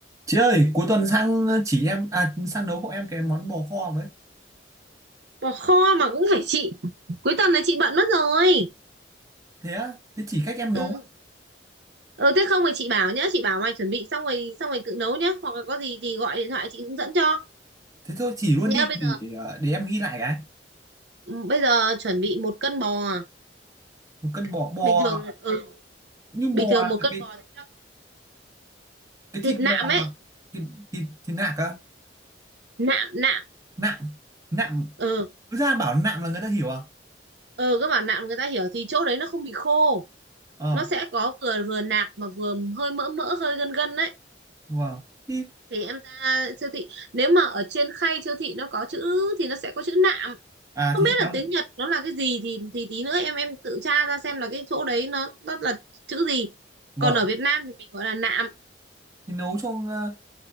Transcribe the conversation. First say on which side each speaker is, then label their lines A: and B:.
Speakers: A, on the right (about 20°); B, on the right (about 65°).
A: Chị ơi, cuối tuần sang chỉ em à sang nấu hộ em cái món bò kho với.
B: bỏ kho mà cũng phải chị cuối tuần này chị bận mất rồi
A: Thế á, thế chỉ cách em nấu.
B: ừ ừ thế không thì chị bảo nhá chị bảo mày chuẩn bị xong rồi xong rồi tự nấu nhá hoặc là có gì thì gọi điện thoại chị hướng dẫn cho
A: Thế thôi chỉ luôn
B: nhá
A: đi
B: bây giờ
A: để, ờ, để em ghi lại cái.
B: ừ, bây giờ chuẩn bị một cân bò
A: Một cân bò bò
B: bình thường ừ
A: nhưng
B: bình
A: bò
B: thường
A: là
B: một cân
A: cái
B: bò thì chắc
A: cái
B: thịt
A: thịt
B: nạm
A: bò
B: ấy
A: thịt thịt, thịt nạc á,
B: nạm nạm
A: nạm nạm
B: ừ
A: cứ ra bảo nạm là người ta hiểu à?
B: ừ các bạn nạm người ta hiểu thì chỗ đấy nó không bị khô
A: Ờ,
B: nó sẽ có vừa vừa nạc mà vừa hơi mỡ mỡ hơi gân gân đấy
A: vâng. Thì
B: thì em ra siêu thị nếu mà ở trên khay siêu thị nó có chữ thì nó sẽ có chữ nạm
A: à
B: không
A: thì
B: biết
A: lắm.
B: là tiếng Nhật nó là cái gì thì thì tí nữa em em tự tra ra xem là cái chỗ đấy nó nó là chữ gì
A: Vâng.
B: còn ở Việt Nam thì mình gọi là nạm
A: Thì nấu cho ờ,